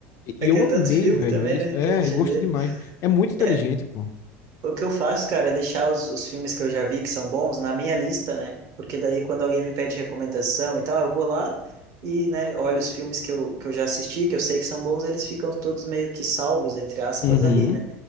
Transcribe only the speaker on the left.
E
eu
amei,
velho,
isso.
É,
eu gostei
demais. É muito inteligente,
pô.
Uhum.